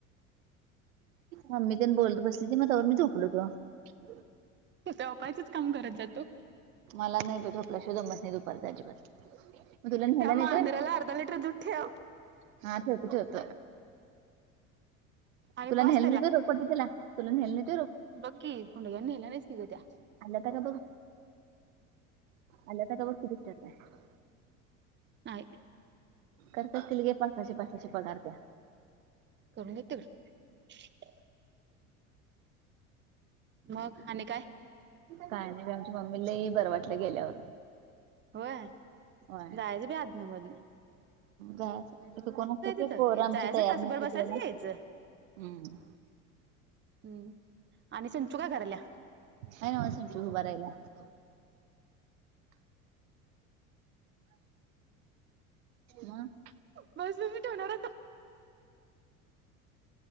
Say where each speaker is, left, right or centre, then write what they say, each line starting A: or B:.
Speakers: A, on the right (about 65°); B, on the right (about 25°).
A: मम्मी तीन बोलत बसली होती म्हणून जरा झोपले जाऊन
B: झोपायचं काम करत जातो
A: मला ना झोपले काय जमत नाही दुपारचा अजिबात मग तुला न्ह्यायला
B: या
A: नेतोय
B: मांजराला अर्धा लिटर दूध ठेव
A: हा ठेवतो ठेवतोय
B: आणि
A: तुला
B: पाच
A: नेल नेत रोकट तिला तुला नेलं नाही
B: बकी उंडगया नेल्या नाहीत की ग त्या
A: आल्या होत्या का आल्यात की बघते त्या दिसत्यात त्या
B: नाही
A: करत असतील गे पाचशे सहाशे पगार त्या
B: करू देत तिकडं मग आणि काय
A: काय नाहीी आमच्या मम्मीलाही बरं वाटलं गेल्यावर
B: होय
A: होय
B: जायचं बाई अदन मदन
A: जायचं कोण नसते आमचे
B: तिथं
A: पोरं आमची
B: जायचं
A: तयार
B: तासभर
A: नसतात
B: बसायचं
A: यायला
B: की
A: हम्म
B: यायचं हम्म आणि संचू काय करायल्या
A: हाय नव संचू उभा राहिल्या मग
B: बस ब